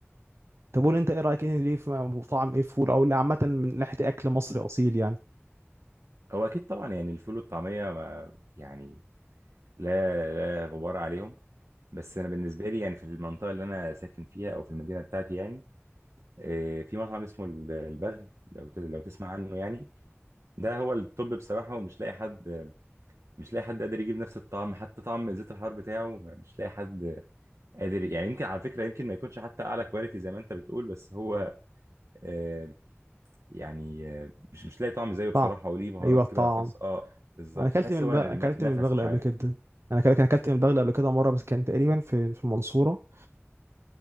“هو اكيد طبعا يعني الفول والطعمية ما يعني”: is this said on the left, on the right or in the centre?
Right